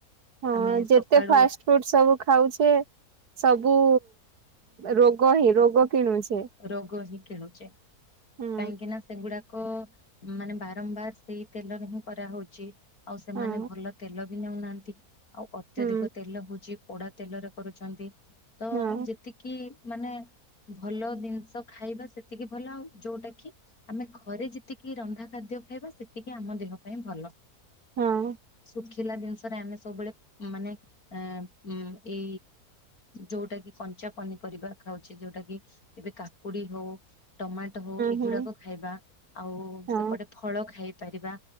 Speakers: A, on the right; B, on the left.
A: ହଁ
B: ଆମେ
A: ଯେତେ
B: ସକାଳୁ
A: ଫାଷ୍ଟ୍ ଫୁଡ୍ ସବୁ ଖାଉଛେ ସବୁ ରୋଗୋ ହିଁ ରୋଗ କିଣୁଛେ।
B: ରୋଗ ହିଁ କିଣୁଛେ
A: ହୁଁ
B: କାହିଁକି ନା ସେଗୁଡ଼ାକ କ- ମାନେ ବାରମ୍ବାର ସେଇ ତେଲ ରେ ହିଁ କରାହଉଛି ଆଉ ସେମାନେ
A: ହଁ
B: ଭଲ ତେଲ ବି ନଉନାହାନ୍ତି ଆଉ ଅତ୍ୟଧିକ
A: ହୁଁ
B: ତେଲ ଭୋଜି ପୋଡ଼ା ତେଲରେ କରୁଛନ୍ତି। ତ
A: ହଁ
B: ଯେତିକି ମାନେ ଭଲ ଜିନିଷ ଖାଇବା ସେତିକି ଭଲ ଆଉ ଯୋଉଟା କି ଆମେ ଘରେ ଯେତିକି ରନ୍ଧା ଖାଦ୍ୟ ଖାଇବା ସେତିକି ଆମ ଦେହ ପାଇଁ ଭଲ।
A: ହଁ
B: ଶୁଖି ଲା ଜିନିଷରେ ଆମେ ସବୁବେଳେ ମାନେ ଉ ଉଁ-ଏଇ ଯୋଉଟା କି କଞ୍ଚ ଞ୍ଚା ପନିପରିବା ଖାଉଛି ଯୋଉଟା କି ଏବେ କାକୁଡି ହଉ ଟମାଟୋ ହଉ ଏଗୁଡାକ
A: ହୁଁ
B: ଖାଇବା ଆଉ
A: ହୁଁ
B: ସେପଟେ ଫଳ ଖାଇପାରିବା।